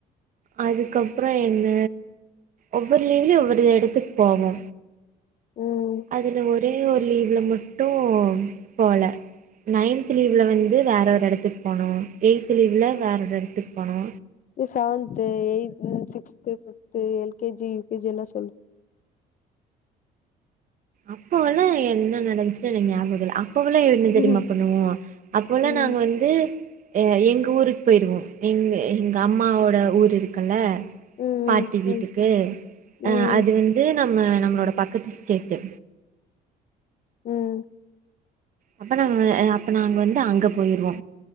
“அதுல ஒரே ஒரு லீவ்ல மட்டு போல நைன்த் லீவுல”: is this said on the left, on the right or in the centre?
Right